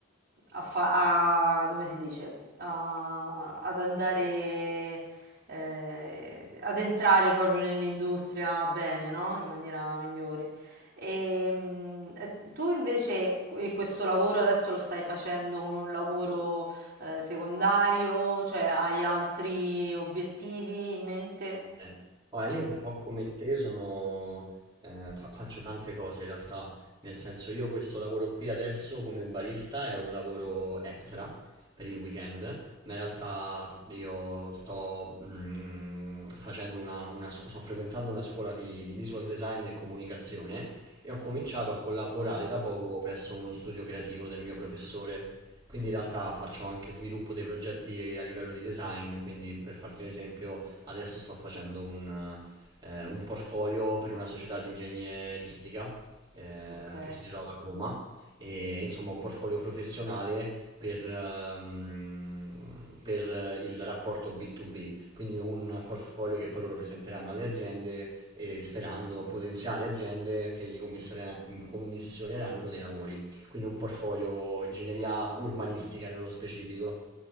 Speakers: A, on the right; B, on the right.
A: a fa- a- come si dice? a- ad andare eh, ad entrare proprio nell'industria bene, no? In maniera migliore. Ehm, eh, tu invece que- questo lavoro adesso lo stai facendo come un lavoro eh, secondario, cioè hai altri obiettivi in mente?
B: Eh, Ora, io un po' come te sono, eh, fa- faccio tante cose in realtà, nel senso io questo lavoro qui adesso come barista è un lavoro extra per il weekend, ma in realtà io sto, mm, facendo una, una scu- sto frequentando una scuola di, di visual design e comunicazione e ho cominciato a collaborare da poco presso uno studio creativo del mio professore. Quindi in realtà faccio anche sviluppo dei progetti a livello di design, quindi per farti un esempio Adesso sto facendo un, eh, un portfolio per una società di ingegneristica eh,
A: Ok,
B: che si trova a Roma e insomma un portfolio professionale per, ehm, per eh, il rapporto B2B, quindi un portfolio che poi loro presenteranno alle aziende e sperando potenziali aziende che gli commissione- commissioneranno dei lavori, quindi un portfolio ingegneria urbanistica nello specifico.